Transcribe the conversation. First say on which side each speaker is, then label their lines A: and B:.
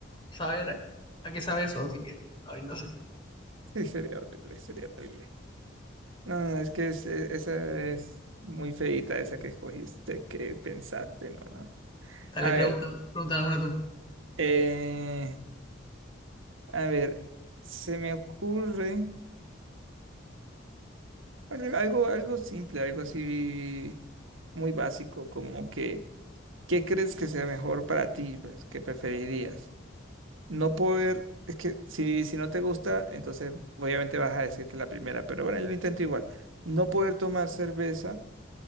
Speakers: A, on the left (about 25°); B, on the right (about 85°).
A: saber a qué sabe eso. Así que, ay, no sé.
B: Sí, sería horrible, sería horrible. No, no, no, es que es- e- esa es muy feita, esa que escogiste, que pensaste, no, no.
A: Dale,
B: A
A: pregunta,
B: ver,
A: pregunta alguna tú.
B: eh, A ver, se me ocurre al- algo, algo simple, algo así muy básico, como que, ¿qué crees que sea mejor para ti? Pues, ¿qué preferirías? No poder, es que si, si no te gusta, entonces obviamente vas a decir que la primera, pero bueno, yo lo intento igual. No poder tomar cerveza